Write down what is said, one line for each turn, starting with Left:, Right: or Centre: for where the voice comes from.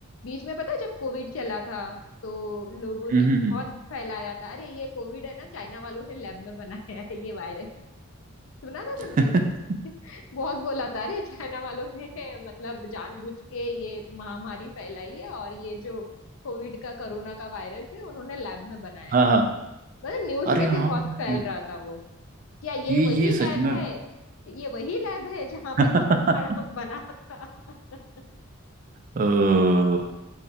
Left: बीच में पता है जब कोविड चला था तो लोगों ने
Right: हम्म,
Left: बहुत
Right: हम्म, हम्म।
Left: फैलाया था अरे ये कोविड है ना चाइना वालों ने लैब में बनाया है ये वायरस सुना था
Right: <laughs>
Left: तुमने भी? बहुत बोला था अरे चाइना वालों ने मतलब जानबूझ के ये महामारी फैलाई है और ये जो कोविड का कोरोना का वायरस है उन्होंने लैब में बनाया
Right: हाँ
Left: है
Right: हाँ
Left: मतलब न्यूज
Right: अरे
Left: में
Right: हाँ
Left: भी बहुत फैल
Right: ये
Left: रहा था वो क्या ये
Right: ये
Left: वही
Right: ये
Left: लैब
Right: सच में
Left: है ये वही लैब है जहाँ
Right: <laughs>
Left: पे कोरोना बना था <laughs>
Right: ओ,